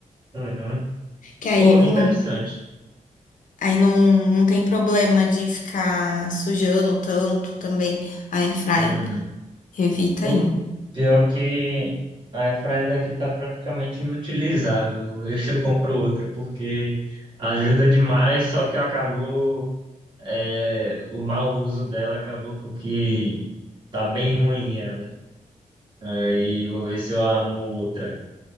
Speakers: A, on the right; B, on the left.
A: Uhum.
B: Que aí
A: Pô,
B: não,
A: interessante.
B: aí não, não tem problema de ficar sujando tanto também a airfry.
A: Uhum.
B: Evita
A: Pô,
B: aí.
A: pior que a airfryer daqui tá praticamente inutilizável. <laughs> Vê se eu compro outra, porque ajuda demais, só que acabou... é, o mau uso dela acabou com que tá bem ruim ela. Aí vou ver se eu arrumo outra.